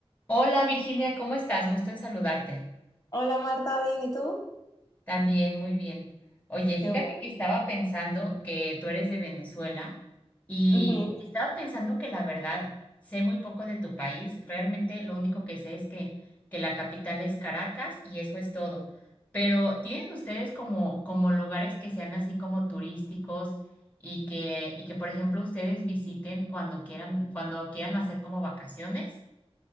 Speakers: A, on the left; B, on the left.
A: Hola Virginia, ¿cómo estás? Gusto en saludarte.
B: Hola Marta, ¿bien? ¿Y tú?
A: También, muy bien. Oye, fíjate
B: Qué bueno.
A: que estaba pensando que tú eres de Venezuela y
B: Ujú.
A: estaba pensando que la verdad sé muy poco de tu país. Realmente lo único que sé es que, que la capital es Caracas y eso es todo. Pero ¿tienen ustedes como, como lugares que sean así como turísticos y que, y que, por ejemplo, ustedes visiten cuando quieran, cuando quieran hacer como vacaciones?